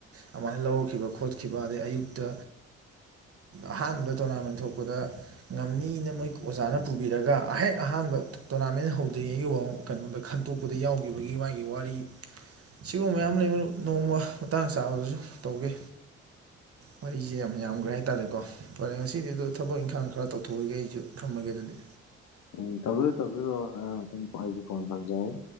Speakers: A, on the right; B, on the left.
A: ꯑꯗꯨꯃꯥꯏꯅ ꯂꯧꯔꯛꯈꯤꯕ ꯈꯣꯠꯈꯤꯕ ꯑꯗꯩ ꯑꯌꯨꯛꯇ ꯑꯍꯥꯟꯕ ꯇꯣꯔꯅꯥꯃꯦꯟ ꯊꯣꯛꯄꯗ ꯉꯝꯅꯤꯅꯕ ꯃꯣꯏ ꯑꯣꯖꯥꯅ ꯄꯨꯕꯤꯔꯒ ꯑꯍꯦꯛ ꯑꯍꯥꯟꯕ ꯇꯣꯔꯅꯥꯃꯦꯟ ꯍꯧꯗ꯭ꯔꯤꯉꯩꯒꯤ ꯋꯥ ꯀꯩꯅꯣꯗ ꯑꯇꯣꯞꯄꯗ ꯌꯥꯎꯈꯤꯕꯒꯤ ꯃꯥꯒꯤ ꯋꯥꯔꯤ ꯁꯤꯒꯨꯝꯕ ꯃꯌꯥꯝ ꯂꯩꯕ ꯃꯔꯨꯞ ꯅꯣꯡꯃ ꯃꯇꯥꯡ ꯆꯥꯕꯗꯁꯨ ꯇꯧꯒꯦ ꯋꯥꯔꯤꯁꯦ ꯌꯥꯝ ꯌꯥꯝꯒ꯭ꯔꯦ ꯍꯥꯏ ꯇꯔꯦꯀꯣ ꯐꯔꯦ ꯉꯁꯤꯗꯤ ꯑꯗꯨ ꯊꯕꯛ ꯏꯪꯈꯥꯡ ꯈꯔ ꯇꯧꯊꯣꯛꯑꯨꯈꯤꯒꯦ ꯑꯩꯁꯨ ꯊꯝꯃꯒꯦ ꯑꯗꯨꯗꯤ
B: ꯑꯨꯝ ꯇꯧꯕꯤꯌꯨ ꯇꯧꯕꯤꯌꯨ ꯑꯨꯝ ꯑꯩꯖꯨ ꯐꯣꯟ <unintelligible>